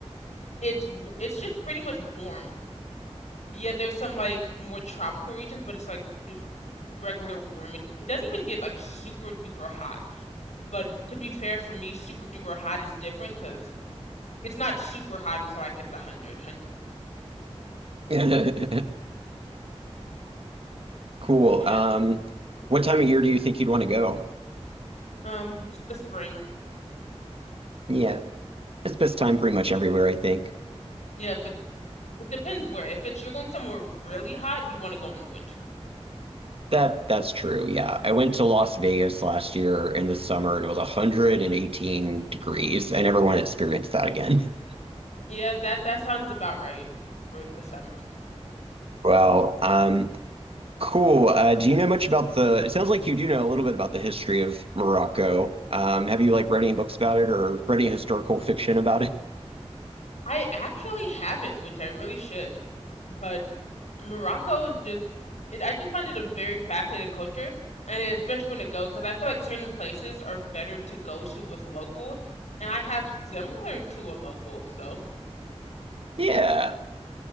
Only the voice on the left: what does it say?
it's w- it's just pretty much warm. Yeah, there's some like more tropical regions, but it's like just regular warm. It, it doesn't even get like super duper hot. But to be fair, for me, super duper hot is different because it's not super hot until I hit the 100,
Yeah.
Um, s- the spring.
Yeah, but it depends where. If it's you're going somewhere really hot, you want to go in the winter.
Yeah, that that sounds about right for the summer.
I actually haven't, which I really should. But Morocco is just it, I just find it a very fascinating culture, and especially when to go because I feel like certain places are better to go to with locals, and I have similar to a local, so